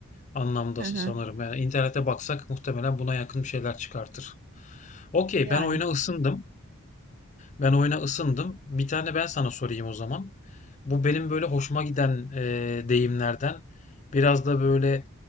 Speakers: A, on the left; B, on the right.
A: anlamda
B: Hı
A: sanırım.
B: hı.
A: Yani internete baksak muhtemelen buna yakın bir şeyler çıkartır. Okey,
B: Yani.
A: ben oyuna ısındım. Ben oyuna ısındım. Bir tane ben sana sorayım o zaman. Bu benim böyle hoşuma giden eee, deyimlerden biraz da böyle